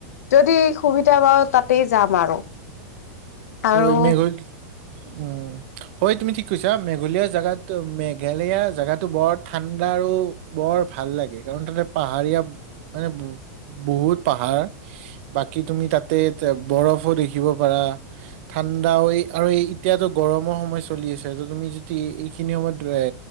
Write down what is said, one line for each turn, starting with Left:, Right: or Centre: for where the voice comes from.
Left: যদি সুবিধা পাওঁ তাতেই যাম আৰু। আৰু
Right: ঐ মেঘৰ উম। হয়, তুমি ঠিক কৈছা মেঘলীয়া জেগাত মেঘালয়া জেগাটো বৰ ঠাণ্ডা আৰু। বৰ ভাল লাগে, কাৰণ তাতে পাহাৰীয়া মানে বহুত পাহাৰ। বাকী তুমি তাতে এ বৰফো দেখিব পাৰা। ঠাণ্ডা আৰু এই এতিয়াতো গৰমৰ সময় চলি আছে ত তুমি যদি এইখিনি সময়ত এ